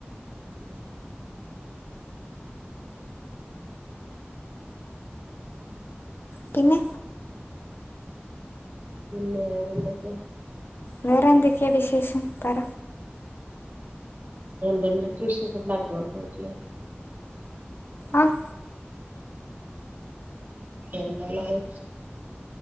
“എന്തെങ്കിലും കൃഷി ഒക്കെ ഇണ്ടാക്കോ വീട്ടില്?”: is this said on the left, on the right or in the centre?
Right